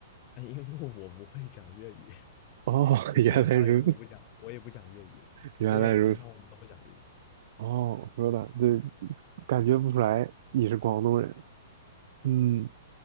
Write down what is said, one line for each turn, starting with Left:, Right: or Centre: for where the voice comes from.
Left: 哎因为我不会讲粤语，<laughs>
Right: 哦，
Left: 我跟我家里人也不讲，
Right: <laughs> 原来如此
Left: 我也不讲粤语的。
Right: 原来如此。
Left: 对的，平常我们都不讲粤语。
Right: 哦，我说的，对，感觉不出来你是广东人。嗯。